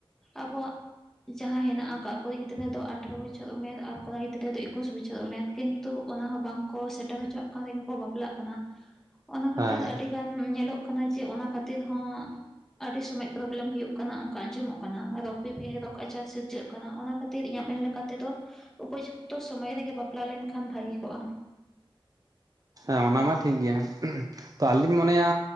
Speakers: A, in the centre; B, on the right (about 40°).
A: ᱟᱵᱚᱣᱟᱜ ᱡᱟᱦᱟᱸ ᱦᱮᱱᱟᱜ ᱟᱠᱟᱜᱼᱟ ᱠᱩᱲᱤ ᱜᱤᱫᱽᱨᱟᱹ ᱫᱚ ᱟᱴᱷᱮᱨᱚ ᱵᱚᱪᱷᱚᱨ ᱩᱢᱮᱨ ᱟᱨ ᱠᱚᱲᱟ ᱜᱤᱫᱽᱨᱟᱹ ᱫᱚ ᱮᱠᱩᱥ ᱵᱚᱪᱷᱚᱨ ᱩᱢᱮᱨ ᱠᱤᱱᱛᱩ ᱚᱱᱟ ᱦᱚᱸ ᱵᱟᱝᱠᱚ ᱥᱮᱴᱮᱨ ᱦᱚᱪᱚᱣᱟᱜ ᱨᱮᱜᱮ ᱠᱚ ᱵᱟᱯᱞᱟᱜ ᱠᱟᱱᱟ ᱚᱱᱟ ᱠᱷᱟᱹᱛᱤᱨ
B: ᱦᱮᱸ
A: ᱟᱹᱰᱤᱜᱟᱱ ᱧᱮᱞᱚᱜ ᱠᱟᱱᱟ ᱡᱮ ᱚᱱᱟ ᱠᱷᱟᱹᱛᱤᱨ ᱦᱚᱸ ᱟᱹᱰᱤ ᱥᱳᱢᱳᱡ ᱯᱨᱚᱵᱽᱞᱮᱢ ᱦᱳᱭᱳᱜ ᱠᱟᱱᱟ ᱚᱱᱠᱟ ᱟᱸᱡᱚᱢᱚᱜ ᱠᱟᱱᱟ ᱨᱳᱜᱽ ᱵᱤᱵᱷᱤ ᱨᱳᱜᱽ ᱟᱡᱟᱨ ᱥᱤᱨᱡᱟᱹᱜ ᱠᱟᱱᱟ ᱚᱱᱟ ᱠᱷᱟᱹᱛᱤᱨ ᱤᱧᱟᱹᱜ ᱢᱮᱱ ᱞᱮᱠᱟ ᱛᱮᱫᱚ ᱩᱯᱚᱡᱩᱠᱛᱚ ᱥᱚᱢᱚᱭ ᱨᱮᱜᱮ ᱵᱟᱯᱞᱟ ᱞᱮᱱᱠᱷᱟᱱ ᱵᱷᱟᱜᱮ ᱠᱚᱜᱼᱟ
B: ᱦᱮᱸ ᱚᱱᱟ ᱢᱟ ᱴᱷᱤᱠ ᱜᱮᱭᱟ ᱛᱚ ᱟᱹᱞᱤᱧ ᱢᱚᱱᱮᱭᱟ